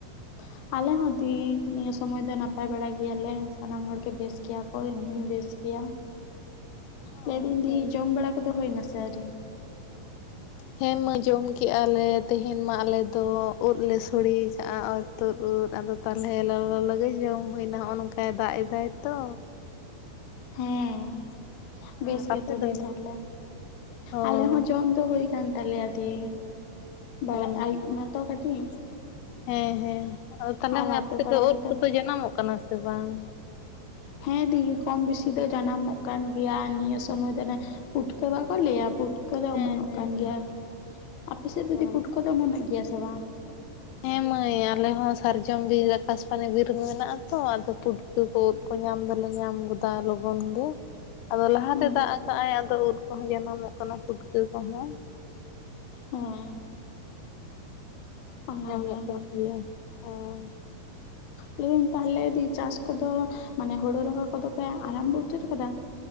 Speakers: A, on the left; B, on the left.
A: <inaudible> ᱟᱞᱮ ᱦᱚᱸ ᱫᱤ ᱱᱤᱭᱟᱹ ᱥᱚᱢᱚᱭ ᱫᱚ ᱱᱟᱯᱟᱭ ᱵᱟᱲᱟ ᱜᱮᱭᱟᱞᱮ, ᱥᱟᱱᱟᱢ ᱦᱚᱲ ᱜᱮ ᱵᱮᱥ ᱜᱮᱭᱟ ᱠᱚ ᱤᱧᱦᱚᱸᱧ ᱵᱮᱥ ᱜᱮᱭᱟ᱾
B: ᱚ
A: ᱞᱟᱹᱭ ᱫᱤᱧ ᱫᱤ
B: ᱦᱳᱭᱛᱚ
A: ᱡᱚᱢ ᱵᱟᱲᱟ ᱠᱚᱫᱚ ᱦᱩᱭ ᱱᱟᱥᱮ ᱟᱹᱣᱨᱤ?
B: ᱦᱮᱸ ᱢᱟᱹᱤ ᱡᱚᱢ ᱠᱟᱜᱼᱟ ᱞᱮ ᱛᱮᱦᱮᱧ ᱢᱟ ᱟᱞᱮ ᱫᱚ ᱩᱫ ᱞᱮ ᱥᱳᱲᱮ ᱠᱟᱜᱼᱟ ᱚᱨᱛᱳᱫ ᱩᱫᱽ ᱟᱫᱚ ᱛᱟᱞᱚᱞᱮ ᱞᱚᱞᱚ ᱞᱚᱞᱚ ᱜᱮ ᱡᱚᱢ ᱦᱩᱭᱱᱟ ᱱᱚᱜᱼᱚ ᱱᱚᱝᱠᱟᱭ ᱫᱟᱜ ᱮᱫᱟᱭ ᱛᱚ᱾
A: ᱦᱮᱸ
B: ᱟᱨ
A: ᱵᱮᱥ ᱜᱮᱛᱚ
B: ᱟᱯᱮ ᱫᱚ
A: ᱫᱤ ᱛᱟᱦᱞᱮ
B: ᱦᱳᱭ
A: ᱟᱞᱮ ᱦᱚᱸ ᱡᱚᱢ ᱫᱚ ᱦᱩᱭ ᱠᱟᱱ ᱛᱟᱞᱮᱭᱟ ᱫᱤ ᱵᱟᱲᱟᱜ
B: ᱦᱳᱭ
A: ᱟᱹᱩᱵ ᱛᱚ ᱠᱟᱹᱴᱤᱡ᱾
B: ᱦᱮᱸ ᱦᱮᱸ ᱟᱫᱚ ᱛᱟᱦᱚᱞᱮ
A: ᱟᱨ
B: ᱢᱟᱸᱭ
A: ᱟᱛᱳ
B: ᱟᱯᱮ ᱥᱮᱫ
A: ᱯᱟᱲᱟ
B: ᱫᱚ ᱳᱫᱽ
A: ᱨᱮᱫᱚ
B: ᱠᱚᱫᱚ ᱡᱟᱱᱟᱢᱚᱜ ᱠᱟᱱᱟ ᱥᱮ ᱵᱟᱝ?
A: ᱦᱮᱸ ᱫᱤ ᱠᱚᱢ ᱵᱤᱥᱤ ᱫᱚ ᱡᱟᱱᱟᱢᱚᱜ ᱠᱟᱱ ᱜᱮᱭᱟ᱾ ᱱᱤᱭᱟᱹ ᱥᱚᱢᱚᱭ ᱫᱚ ᱞᱮ ᱯᱩᱴᱠᱟᱹ ᱵᱟᱠᱚ ᱞᱟᱹᱭᱟ ᱯᱩᱴ ᱠᱟᱹ ᱫᱚ
B: ᱦᱮᱸ
A: ᱚᱢᱚᱱᱚᱜ
B: ᱦᱮᱸ
A: ᱠᱟᱱ
B: ᱦᱮᱸ
A: ᱜᱮᱭᱟ, ᱟᱯᱮ ᱥᱮᱫ ᱫᱚ ᱫᱤ
B: ᱚ
A: ᱯᱩᱴᱠᱟᱹ ᱫᱚ ᱚᱢᱚᱱᱚᱜ ᱜᱮᱭᱟ ᱥᱮ ᱵᱟᱝ?
B: ᱦᱮᱸ ᱢᱟᱹᱭ ᱟᱞᱮ ᱦᱚᱸ ᱥᱟᱨᱡᱚᱢ ᱵᱤᱨ ᱟᱠᱟᱥᱵᱟᱱᱤ ᱵᱤᱨ ᱢᱮᱱᱟᱜ ᱟ ᱛᱚ ᱟᱫᱚ ᱯᱩᱰ ᱠᱟᱹ ᱠᱚ ᱩᱫᱽ ᱠᱚ ᱧᱟᱢ ᱫᱚᱞᱮ ᱧᱟᱢ ᱫᱟ ᱞᱚᱜᱚᱱ ᱜᱮ᱾ ᱟᱫᱚ ᱞᱟᱦᱟᱛᱮ
A: ᱦᱩᱸ
B: ᱫᱟᱜ ᱟᱠᱟᱭ ᱟᱫᱚ ᱩᱫ ᱠᱚᱦᱚᱸ ᱡᱟᱱᱟᱢᱚᱜ ᱠᱟᱱᱟ ᱯᱩᱴᱠᱟᱹ ᱠᱚᱦᱚᱸ᱾
A: ᱦᱮᱸ᱾ ᱚᱱᱟᱜᱮ
B: ᱧᱟᱢᱚᱜ ᱠᱟᱱ ᱜᱮᱭᱟ᱾ ᱦᱳᱭ
A: ᱞᱟᱹᱭ ᱫᱤᱧ ᱛᱟᱦᱚᱞᱮ ᱫᱤ ᱪᱟᱥ ᱠᱚᱫᱚ ᱢᱟᱱᱮ ᱦᱳᱲᱳ ᱨᱚᱦᱚᱭ ᱠᱚᱫᱚ ᱯᱮ ᱟᱨᱟᱢ ᱵᱚ ᱩᱛᱟᱹᱨ ᱟᱠᱟᱫᱟ?